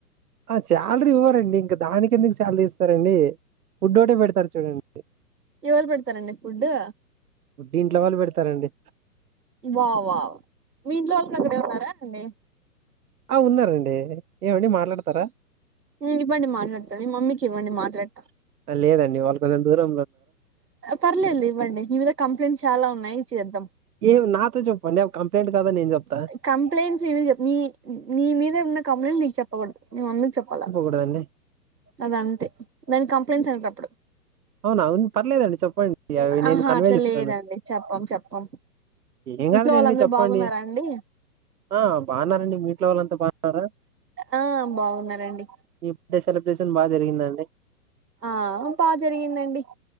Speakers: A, on the right (about 70°); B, on the right (about 90°).
A: అ శాలరీ ఇవ్వరండి ఇంకా దానికెందుక్ శాలరీ ఇస్తారండి ఫుడ్ ఒటే పెడతారు చూడండి
B: ఎవర్ పెడతారండి ఫుడ్డు
A: డింట్లో వాళ్ పెడతారండి
B: వావ్ వావ్ మీ ఇంట్లో వాళ్ళక్కడే ఉన్నారా అండి
A: అ ఉన్నారండి ఏవండి మాట్లాడతారా
B: ఉ ఇవ్వండి మాట్లాడతా మీ మమ్మీకివ్వండి మాట్లాడతా
A: అ లేదండి వాళ్ కొెంచం దూరం
B: పర్లేదుల్ ఇవ్వండి మీ మీద కంప్లైంట్స్ చాలా ఉన్నాయి ఇ చేద్దాం
A: ఏవ్ నాతో జెప్పండి అవ్ కంప్లైంట్ కాదో నేన్ జెప్తా
B: కంప్లైంట్స్ ఇవి జె మీ మీ మీదే ఉన్న కంప్లైంట్ నీక్ చెప్పకూడదు మీ మమ్మీక్ చెప్పాలా
A: ఉడదండి
B: అద్ అంతే దాని కంప్లైంట్స్ అనరప్పుడు
A: అవునా అవున్ పర్లేదండి చెప్పండి అవి నేను
B: ఆహా
A: కన్వే
B: అట్లా
A: చేస్తాను
B: లేదండి చెప్పం చెప్పం
A: ఏం కాదు
B: ఇంట్లో
A: లేండి
B: వాళ్ళందరు
A: చెప్పండి
B: బాగున్నారా అండి
A: ఆ బాన్నారండి మీంట్లో వాళ్ళంతా బా న్నారా
B: ఆ బాగున్నారండి
A: ఇప్ డే సెలబ్రేషన్ బా జరిగిందాండి
B: ఆ బా జరిగిందండి